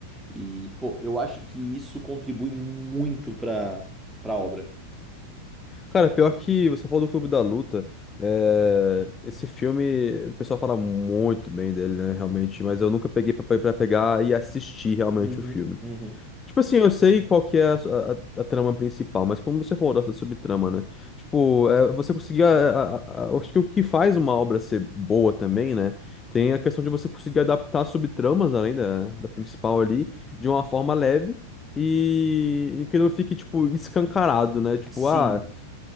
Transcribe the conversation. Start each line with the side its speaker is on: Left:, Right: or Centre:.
Centre: E pô, eu acho que isso contribui muito para para obra.
Left: Cara, pior que você falou do Clube da Luta, é, esse filme, o pessoal fala muito bem dele, né, realmente, mas eu nunca peguei pra, pra pegar e assistir realmente
Centre: Uhum,
Left: o filme.
Centre: uhum.
Left: Tipo assim, eu sei qual que é a, a- a trama principal, mas como você falou da subtrama, né? Tipo, é, você conseguir. eh, a- a- a- acho que o que faz uma obra ser boa também, né? Tem a questão de você conseguir adaptar subtramas, além da, da principal ali, de uma forma leve e, e que não fique, tipo, escancarado, né? Tipo,
Centre: Sim,
Left: ah.